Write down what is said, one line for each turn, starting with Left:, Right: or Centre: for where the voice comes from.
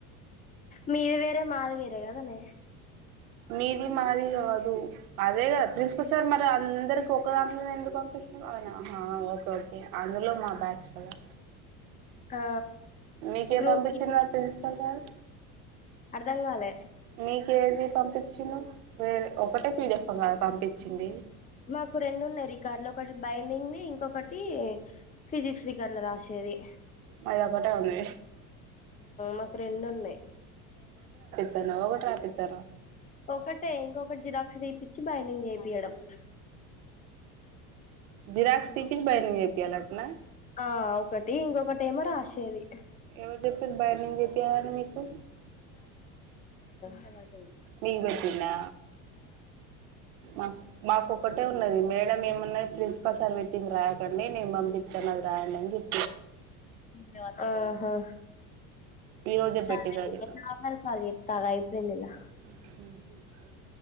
Left: మీది వేరే మాది వేరే కదన్న
Right: మీది మరి అదు అదే గ ప్రన్స్కోసార్ మరి అందరికి ఒక ఒ దాంట్లో ఎందుకు పంపిస్తాను అవునా ఓకే ఓకే అందులో మా బ్యాచ్ కదా
Left: ఆ
Right: మీకేం
Left: గ్రూప్
Right: పంపించిండు మరి ప్రిన్సిపల్ సార్
Left: అర్ధంగాాల
Right: మీకేది పంపించిను వేరే ఒకటే పీడిఫ్ పంపించింది
Left: మాకు రెండున్నాయి ర ఈ కార్లు ఒకటి బైండింగ్ ని ఇంకొకటి ఫిజిక్స్ రికళ రాశేరి
Right: మాది ఒకటే ఉంది
Left: మాకు రెండు ఉన్నాయి
Right: తనవ్ ట్రాఫిక్ పనో
Left: ఒకటే ఇంకొకట్ జిరాక్స్ తీపిచ్చి బైండింగ్ చేప్ తీయడం
Right: జిరాక్స్ తీపిచ్చి బైండింగ్ చేపియాలంటనా
Left: ఆ ఒకటి ఇంకొకట్ ఎమొరాశేది
Right: ఎవరు చెప్పిల్ బైండింగ్ చెపియలని నీకు
Left: అవైడ్
Right: నీకు పెట్టిండా మాక్ మాకోక్కటే ఉన్నది మేడం ఏమన్ ఉన్నాయి ప్లీస్ ప్ప సార్ వెట్టింద్ రాయకండి నేన్ పం ఇత్త నాది రాయండని చేప్
Left: ధన్యవాదములు ఆ హా
Right: ఈ రోజే
Left: సరే
Right: పెట్టిర్రు
Left: నీక్
Right: అది
Left: నే నార్మల్ కాల్ చేత్తాగ్ అయిపోందిగా
Right: ఉమ్